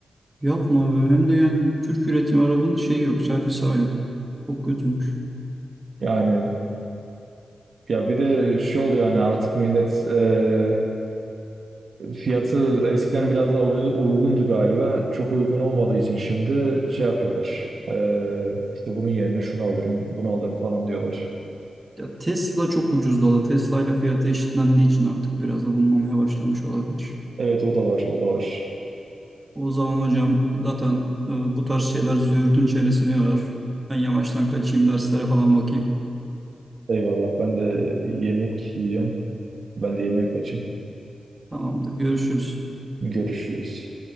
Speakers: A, on the right; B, on the right.
A: yapma be. Hem de yani Türk üretim arabanın şey yok, servis ağı yok. Çok kötüymüş.
B: Yani ya bir de şey oluyor yani artık millet e, fiyatı eskiden biraz daha uy- uygundu galiba. Çok uygun olmadığı için şimdi şey yapıyorlar. E, işte bunun yerine şunu alırım, bunu alırım falan diyorlar.
A: Ya Tesla çok ucuzladı. Tesla ile fiyatı eşitlendiği için artık biraz alınmamaya başlamış olabilir.
B: Evet o da var, o da var.
A: O zaman hocam zaten e, bu tarz şeyler züğürdün çenesini yorar. Ben yavaştan kaçayım derslere falan bakayım.
B: Eyvallah ben de yemek yiyeyim. Ben de yemeğe kaçayım.
A: Tamamdır. Görüşürüz.
B: Görüşürüz.